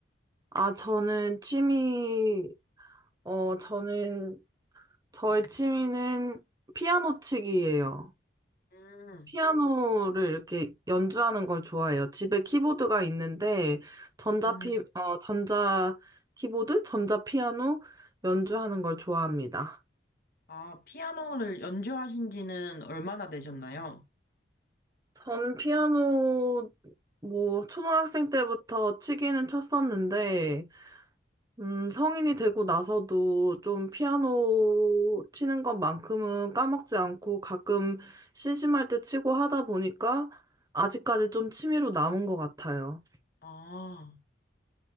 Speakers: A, on the right; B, on the left.
A: 아, 저는 취미, 어, 저는, 저의 취미는 피아노 치기예요.
B: 음,
A: 피아노를 이렇게 연주하는 걸 좋아해요. 집에 키보드가 있는데, 전자
B: 음.
A: 피, 어, 전자 키보드? 전자 피아노? 연주하는 걸 좋아합니다.
B: 아, 피아노를 연주하신 지는 얼마나 되셨나요?
A: 전 피아노 뭐 초등학생 때부터 치기는 쳤었는데 음 성인이 되고 나서도 좀 피아노 치는 것만큼은 까먹지 않고 가끔 심심할 때 치고 하다 보니까 아직까지 좀 취미로 남은 것 같아요.
B: 아,